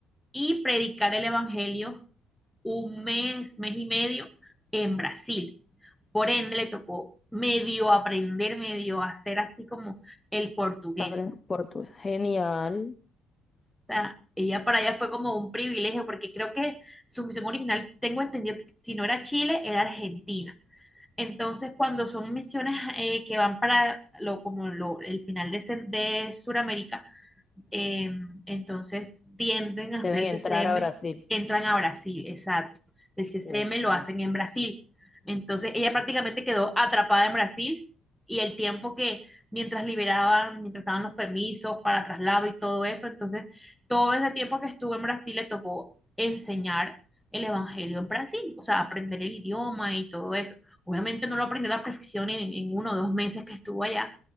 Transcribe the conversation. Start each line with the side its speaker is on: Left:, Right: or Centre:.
Centre: y predicar el Evangelio un mes, mes y medio en Brasil. Por ende, le tocó medio aprender, medio hacer así como el portugués.
Left: Aprendo portugués. Genial.
Centre: O sea, ella para ella fue como un privilegio porque creo que su misión original, tengo entendido, que si no era Chile, era Argentina. Entonces, cuando son misiones eh, que van para lo, como lo- el final de, Cen- de Sudamérica, eh, entonces tienden a
Left: Deben
Centre: hacer el
Left: entrar
Centre: CCM,
Left: a Brasil.
Centre: entran a Brasil, exacto. El CCM
Left: Ok.
Centre: lo hacen en Brasil. Entonces ella prácticamente quedó atrapada en Brasil y el tiempo que mientras liberaban, mientras daban los permisos para traslado y todo eso, entonces todo ese tiempo que estuvo en Brasil le tocó enseñar el evangelio en Brasil, o sea, aprender el idioma y todo eso. Obviamente no lo aprendió a la perfección en, en uno o dos meses que estuvo allá,